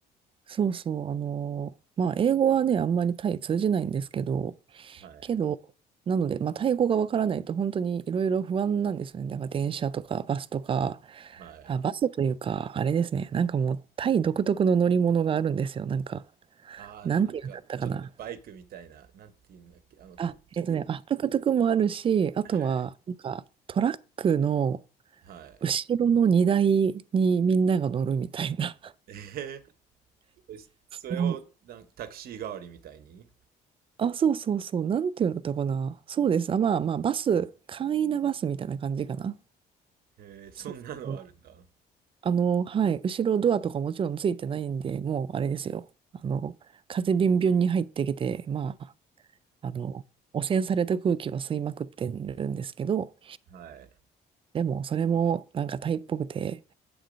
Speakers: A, on the right; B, on the right.
A: そうそう。あのーまあ、英語はね、あんまりタイ通じないんですけど、
B: はい。
A: けど、なので、まあ、タイ語がわからないと本当にいろいろ不安なんですよね。だから電車とかバスとか、
B: はい。
A: あ、バスというか、あれですね。なんかもうタイ独特の乗り物があるんですよ。なんか、
B: あー、あの、
A: なんていうんだったかな。
B: なんか、ちょっとバイクみたいな、なんて言うんだっけ、あの、
A: あ、
B: トゥクトゥク。
A: えっとね、あ、トゥクトゥクもあるし、あとは、
B: はい。
A: なんかトラックの
B: はい。
A: 後ろの荷台にみんなが乗るみたいな。
B: えー、それをなんかタクシー代わりみたいに。
A: <laughs> もうあ、そうそうそう。なんていうんだったかな。そうです。あ、まあまあ、バス、簡易なバスみたいな感じかな。
B: えー、そんなのあるんだ。
A: そう。あの、はい、後ろドアとかもちろんついてないんで、もうあれですよ。あの、風ビュンビュンに入ってきて、まあ、あの、汚染された空気は吸いまくってるんですけど、
B: はい。
A: でもそれもなんかタイっぽくて